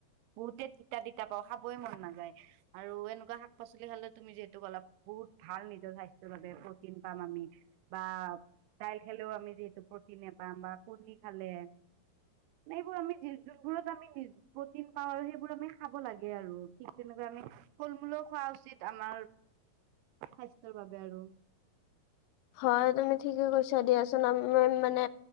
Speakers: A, on the right (about 85°); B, on the left (about 85°).
A: বহুতে তিতা তিতা পাওঁ খাবই মন নাযায় আৰু এনেকুৱা শাক পাচলি খালে তুমি যিহেতু অলপ, বহুত ভাল নিজৰ স্বাস্থ্যৰ বাবে প্ৰটিন পাম আমি। বা দাইল খালেও আমি যিহেতু প্ৰটিন নাপাম বা কণী খালে। এইবোৰ আমি য যোনবোৰত আমি নিজ, প্ৰটিন পাওঁ আৰু সেইবোৰ আমি খাব লাগে আৰু ঠিক তেনেকুৱা আমি। ফল মূলো খোৱা উচিত আমাৰ স্বাস্থ্যৰ বাবে আৰু
B: হয় তুমি ঠিকে কৈছা দিয়াচোন আমি মানে,